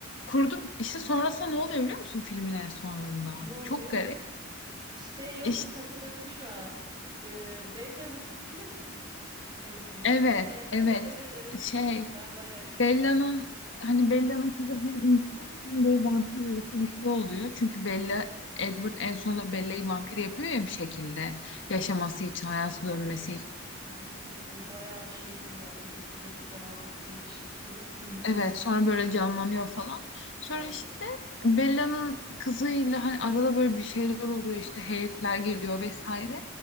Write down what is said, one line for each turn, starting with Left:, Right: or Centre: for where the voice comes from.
Left: Kurdu işte sonrasında ne oluyor biliyor musun filmin en sonunda?
Right: Ne oluyor?
Left: Çok garip.
Right: Şey yok
Left: İşte
Right: yok hatırladım şu an. Ee, Bella'nın kızıyla kurt evleniyor
Left: evet
Right: değil mi?
Left: evet
Right: <laughs> Evet evet hatırladım.
Left: şey
Right: Ben bayağı izlemişim
Left: Bella'nın
Right: aslında.
Left: hani Bella'nın kızı hem insan hem böyle vampir arası bir şey oluyor. Çünkü Bella Edward en sonunda Bella'yı vampir yapıyor ya bir şekilde yaşaması için hayatı
Right: Evet
Left: dönmesi
Right: aynen. O bayağı şeydi ya böyle suratı falan çok değişikti. Öl ölmüştü
Left: Evet sonra
Right: gibi
Left: böyle
Right: gerçekten.
Left: canlanıyor falan. Sonra
Right: Aynen.
Left: işte Bella'nın kızıyla hani arada böyle bir şeyler oluyor işte heyetler geliyor vesaire.